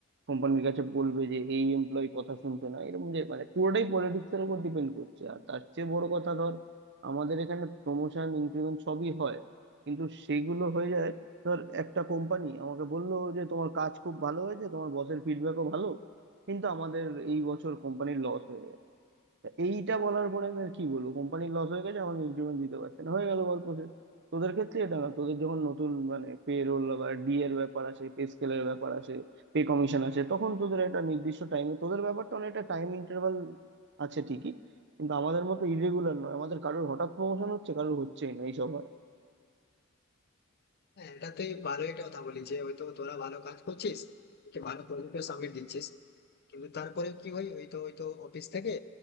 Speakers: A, on the right; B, on the left.
A: কোম্পানির কাছে বলবে যে এই এমপ্লয়ি কথা শুনছে না এরকম যে মানে পুরোটাই পলিটিক্স এর উপর ডিপেন্ড করছে আর তার চেয়ে বড় কথা ধর আমাদের এখানে প্রমোশন ইনক্রিমেন্ট সবই হয় কিন্তু সেগুলো হয়ে যায় ধর একটা কোম্পানি আমাকে বললো যে তোমার কাজ খুব ভালো হয়েছে তোমার বসের ফিডব্যাকও ভালো কিন্তু আমাদের এই বছর কোম্পানির লস হয়ে গেছে তা এইটা বলার পরে আমি আর কি বলবো কোম্পানির লস হয়ে গেছে আমাকে ইনক্রিমেন্ট দিতে পারছে না হয়ে গেল গল্প শেষ তোদের ক্ষেত্রে এটা না তোদের যখন নতুন মানে পে রোল বা ডি এর ব্যাপার আসে পে স্কেলের ব্যাপার আসে পে কমিশন আসে তখন তোদের একটা নির্দিষ্ট টাইমে তোদের ব্যাপারটা অনেকটা টাইম ইন্টারভাল আছে ঠিকই কিন্তু আমাদের মতো ইরেগুলার নয় আমাদের কারোর হঠাৎ প্রমোশন হচ্ছে কারোর হচ্ছেই না এইসব হয়
B: হ্যাঁ এটা তুই ভালো একটা কথা বলি যে হয়তো তোরা ভালো কাজ করছিস কি ভালো প্রজেক্ট সাবমিট দিচ্ছিস কিন্তু তারপরে কি হয় ওই তো ওই তো অফিস থেকে